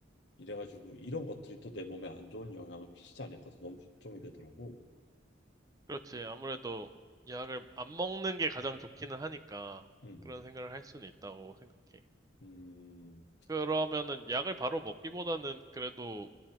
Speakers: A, on the left; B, on the right.
A: 이래가지고 이런 것들이 또 내 몸에 안 좋은 영향을 끼치지 않을까 해서 너무 걱정이 되더라고.
B: 그렇지. 아무래도 약을 안 먹는 게 가장 좋기는 하니까
A: 음,
B: 그런 생각을 할 수는 있다고 생각해.
A: 음,
B: 그러면은 약을 바로 먹기보다는 그래도